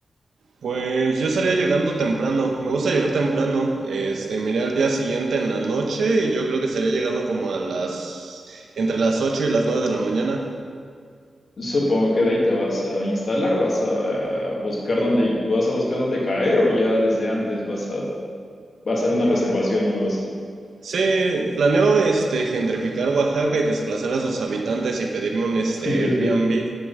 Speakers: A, on the right; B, on the left.
A: Pues yo estaría llegando temprano. Me gusta llegar temprano. Este, me iré al día siguiente en la noche y yo creo que estaría llegando como a las entre las 8 y las 9 de la mañana.
B: Supongo que de ahí te vas a instalar, vas a eh, buscar dónde, vas a buscar dónde caer o ya desde antes vas a, a hacer una reservación o algo así.
A: Sí, planeo este gentrificar Oaxaca y desplazar a sus habitantes y pedirme un este
B: <laughs>
A: Airbnb.